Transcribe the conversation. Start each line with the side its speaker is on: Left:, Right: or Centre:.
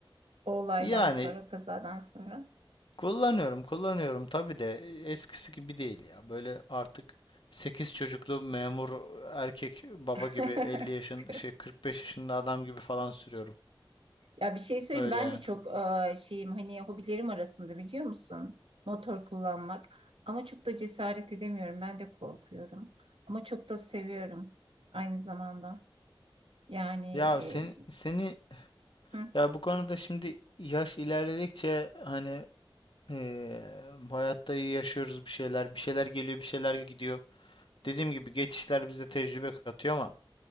Right: O olaydan
Left: Yani
Right: sonra, kazadan sonra.
Left: kullanıyorum kullanıyorum tabii de eskisi gibi değil ya. Böyle artık 8 çocuklu memur erkek baba
Right: <laughs>
Left: gibi 50 yaşın şey 45 yaşında adam gibi falan sürüyorum.
Right: Ya bir şey söyleyeyim
Left: Öyle
Right: ben
Left: yani.
Right: de çok eee, şeyim hani hobilerim arasında biliyor musun? Motor kullanmak. Ama çok da cesaret edemiyorum. Ben de korkuyorum. Ama çok da seviyorum aynı zamanda. Yani
Left: Ya sen
Right: e,
Left: seni
Right: hı.
Left: ya bu konuda şimdi yaş ilerledikçe hani eee hayatta iyi yaşıyoruz bir şeyler, bir şeyler geliyor, bir şeyler gidiyor. Dediğim gibi geçişler bize tecrübe katıyor ama